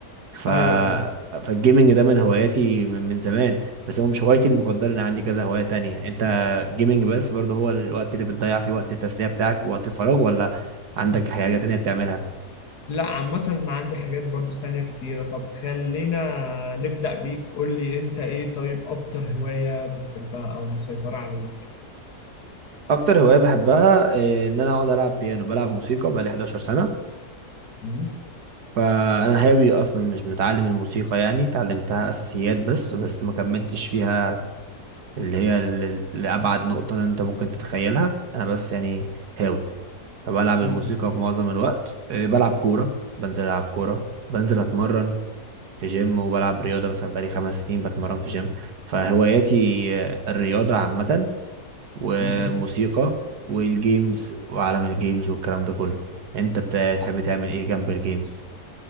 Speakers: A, on the right; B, on the left.
A: ف
B: ايوه
A: فالجيمنج ده من هواياتي من من زمان بس هو مش هوايتي المفضله انا عندي كذا هوايه تانية انت جيمنج بس برضه هو الوقت اللي بتضيع فيه وقت التسليه بتاعك ووقت الفراغ ولا عندك حاجه تانية بتعملها
B: لا عامة ما عندي حاجات برضو تانية كتيرة طب خلينا نبدأ بيك قول لي انت ايه طيب اكتر هواية بتحبها او مسيطرة عليك
A: اكتر هوايه بحبها آه، ان انا اقعد العب بيانو بلعب موسيقى بقالي 11 سنه
B: مم؟
A: فانا هاوي اصلا مش متعلم الموسيقى يعني اتعلمتها اساسيات بس بس ما كملتش فيها اللي هي ل- لابعد نقطه انت ممكن تتخيلها انا بس يعني هاوي فبلعب
B: مم.
A: الموسيقى في معظم الوقت إيه، بلعب كورة بنزل ألعب كورة بنزل أتمرن في جيم وبلعب رياضة مثلا بقالي خمس سنين بتمرن في جيم فهواياتي آه، الرياضة عامة وموسيقى
B: مم.
A: والجيمز وعالم الجيمز والكلام ده كله انت بتحب تعمل ايه جنب الجيمز